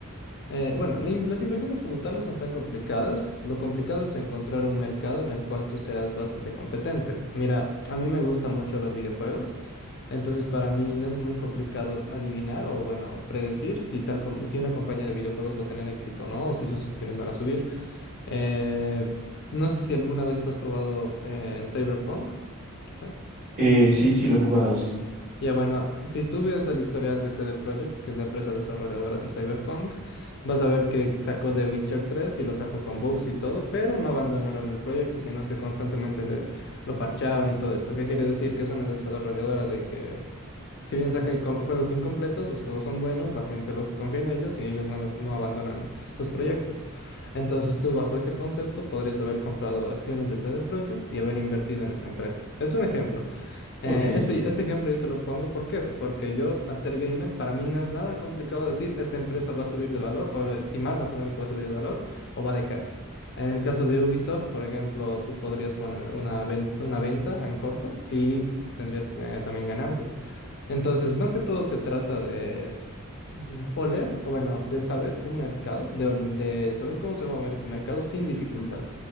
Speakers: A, on the left (about 50°); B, on the right (about 35°).
A: eh, bueno, la in- las inversiones como tal no son tan complicadas. Lo complicado es encontrar un mercado en el cual tú seas bastante competente. Mira, a mí me gustan mucho los videojuegos, entonces para mí no es muy complicado adivinar o, bueno, predecir si tal com- si una compañía de videojuegos va a tener éxito o no, o si sus acciones van a subir. Eh, no sé si alguna vez tú has probado eh, Cyberpunk, quizá.
B: Eh, sí, sí lo he jugado, sí.
A: Ya bueno, si tú ves el historial de CD Projekt, que es la empresa desarrolladora de Cyberpunk, vas a ver que sacó The Witcher 3 y lo sacó con bugs y todo, pero no abandonaron el proyecto, sino es que constantemente le, lo parchaban y todo esto. ¿Qué quiere decir? Que es una desarrolladora de que, si bien sacan com- juegos incompletos, los juegos son buenos, la gente lo confía en ellos y ellos no, los- no abandonan sus proyectos. Entonces tú bajo ese concepto podrías haber comprado acciones de CD Projekt y haber invertido en esa empresa. Es un ejemplo. Eh,
B: Ok,
A: este, este ejemplo yo te lo pongo, ¿por qué? Porque yo, al ser gamer, para mí no es nada complicado decir esta empresa va a subir de valor o estimar más o menos que va a subir de valor o va a decaer. En el caso de Ubisoft, por ejemplo, tú podrías poner una, ven- una venta en corto y tendrías eh, también ganancias. Entonces, más que todo se trata mm, oler, o bueno, de saber un mercado, de, ol- de saber cómo se va a mover ese mercado sin dificultad.